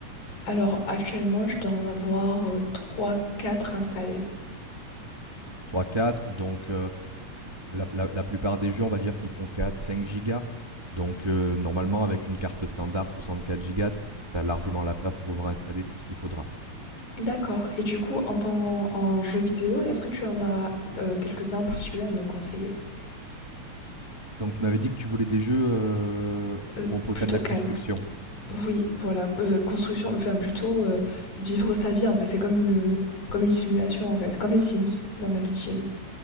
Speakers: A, on the left; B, on the right.
A: Alors actuellement, je dois en avoir, heu, 3-4 installés.
B: Trois, quatre. donc heu la, la- la plupart des jeux, on va dire, qui font quatre cinq gigas. Donc, euh, normalement, avec une carte standard 64 gigas, tu as largement la place pour pouvoir installer tout ce qu'il faudra.
A: D'accord et du coup en tant en jeu vidéo, est-ce que tu en as, heu, quelques-uns en particulier à me conseiller?
B: Donc, tu m'avais dit que tu voulais des jeux euh,
A: Heu,
B: où on pouvait
A: plutôt
B: faire de la
A: calme.
B: construction.
A: Oui, voilà, heu, construction, enfin plutôt, heu, vivre sa vie en fait, c'est comme une, comme une simulation en fait, comme les Sims, dans le même style.